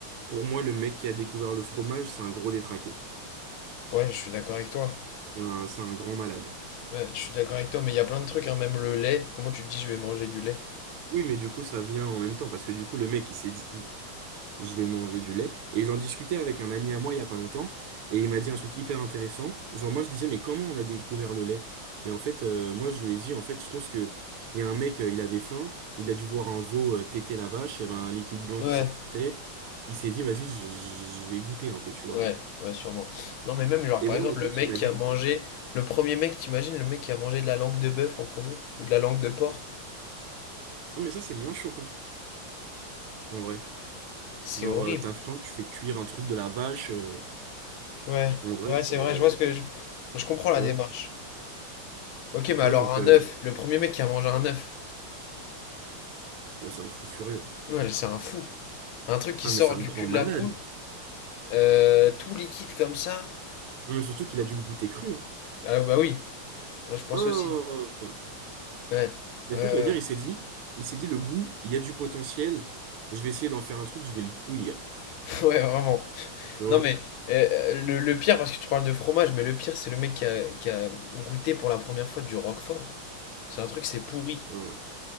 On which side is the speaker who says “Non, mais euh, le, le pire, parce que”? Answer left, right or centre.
Left